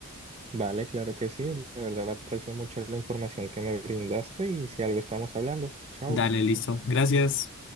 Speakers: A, on the right; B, on the left.
A: Vale, claro que sí, de verdad aprecio mucho la información que me brindaste y si algo estamos hablando, chao.
B: Dale, listo. Gracias.